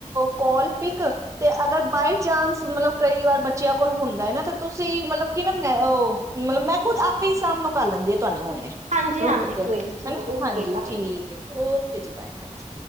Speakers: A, on the right; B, on the right.
A: ਕੋਲ ਪਿਕ ਤੇ ਅਗਰ ਬਾਈ ਚਾਂਸ ਮਤਲਬ ਕਈ ਵਾਰ ਬੱਚਿਆਂ ਕੋਲ ਹੁੰਦਾ ਹੈ ਨਾ ਤੇ ਤੁਸੀਂ ਮਤਲਬ ਕੀ ਨਾ ਮੈਂ ਉਹ ਮਤਲਬ ਮੈਂ ਖੁਦ ਆਪੇ ਹੀ ਸਾਮ ਨੂੰ ਕਰ ਲੈਂਦੇ ਆ ਤੁਹਾਨੂੰ ਹੂਨੈ
B: ਹਾਂਜੀ
A: ਰੁਕ
B: ਹਾਂਜੀ ਕੋਈ
A: ਕੇ
B: ਨੀ ਚਲੋ
A: ਹਨਾ
B: ਓਕੇ
A: ਹਾਂਜੀ
B: ਬਾਏ
A: ਠੀਕ ਹੈ ਜੀ ਓਕੇ ਜੀ ਬਾਏ ਹਾਂਜੀ